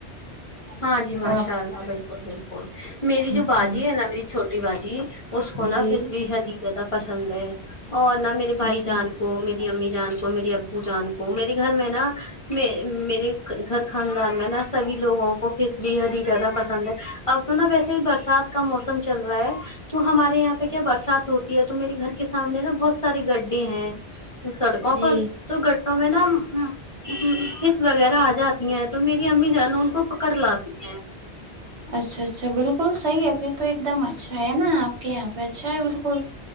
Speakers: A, on the left; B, on the right.
A: ہاں جی ماشاء
B: آپ
A: اللہ بالکل بالکل میری جو باجی
B: جی
A: ہے نا میری چھوٹی باجی اس کونا
B: جی
A: فش بےحد ہی زیادہ پسند ہے اور نہ میرے بھائی
B: اچھا
A: جان کو میری امی جان کو میری ابو جان کو میرے گھر میں نا میں میرے گھر خاندان میں نا سب ہی لوگوں کو پس بے حد ہی زیادہ پسند ہے اب تو نا ویسے بھی برسات کا موسم چل رہا ہے تو ہمارے یہاں پہ کیا برسات ہوتی ہے تو میرے گھر کے سامنے نا بہت سارے گڈھے ہیں سڑکوں
B: جی
A: پر تو گٹوں میں نا ہمم فش وغیرہ اجا تی ہیں تو میری امی جان ان کو پکڑ لاتی ہیں
B: اچھا اچھا بالکل صحیح ہے پھر تو ایک دم اچھا ہے نا آپ کے یہاں پہ اچھا ہے بالکل